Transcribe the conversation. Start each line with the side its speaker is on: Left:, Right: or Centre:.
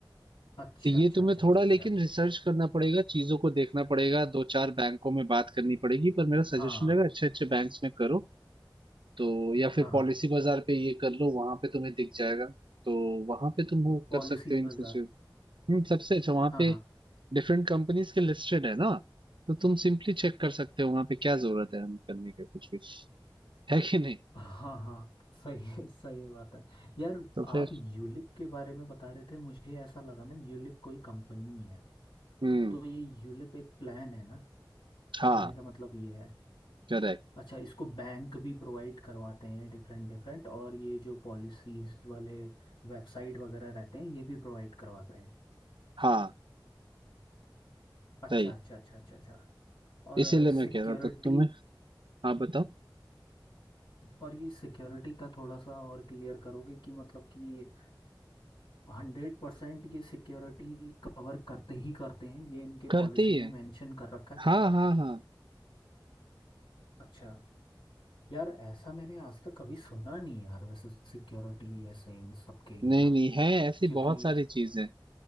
Left: अच्छा
Right: तो ये
Left: अच्छा
Right: तुम्हें
Left: अच्छा
Right: थोड़ा
Left: अच्छा अच्छा
Right: लेकिन रिसर्च करना पड़ेगा चीजों को देखना पड़ेगा दो चार बैंकों में बात करनी पड़ेगी पर मेरा
Left: हाँ
Right: सजेशन रहेगा अच्छे अच्छे बैंक्स में करो तो या फिर
Left: हाँ हाँ
Right: पॉलिसी बाजार पे ये कर लो वहां पे तुम्हें दिख जाएगा तो वहां पे तुम वो कर
Left: पॉलिसी
Right: सकते हो इन
Left: बाजार
Right: सिचुएशन सबसे अच्छा वहां
Left: हाँ
Right: पे
Left: हाँ
Right: डिफरेंट कंपनीज के लिस्टेड है ना तो तुम सिंपली चेक कर सकते हो वहां पे क्या जरूरत है हम करने का कुछ भी है कि नहीं
Left: हाँ हाँ सही सही बात है यार
Right: तो फिर
Left: आप यूलिप के बारे में बता रहे थे मुझे ऐसा लगा ना यूलिप कोई कंपनी है
Right: हम्म
Left: तो ये यूलिप एक प्लान है ना
Right: हाँ
Left: कहने का मतलब ये है
Right: करेक्ट
Left: अच्छा इसको बैंक भी प्रोवाइड करवाते हैं डिफरेंट डिफरेंट और ये जो पॉलिसीज वाले वेबसाइट वगैरह रहते हैं ये भी प्रोवाइड करवाते हैं
Right: हाँ
Left: अच्छा
Right: सही
Left: अच्छा अच्छा अच्छा अच्छा और
Right: इसीलिए
Left: सिक्योरिटी
Right: मैं कह रहा था तुम्हें हाँ बताओ
Left: और ये सिक्योरिटी का थोड़ा सा और क्लियर करोगे कि मतलब कि हंड्रेड परसेंट ये सिक्योरिटी कवर करते ही करते हैं ये इनके
Right: करते
Left: पॉलिसी
Right: ही
Left: में
Right: है
Left: मेंशन कर रखा है
Right: हाँ हाँ हाँ
Left: अच्छा यार ऐसा मैंने आज तक कभी सुना नहीं यार वैसे सिक्योरिटी ऐसे इन सब के लिए
Right: नहीं
Left: ना
Right: नहीं है ऐसी
Left: क्योंकि
Right: बहुत सारी चीजें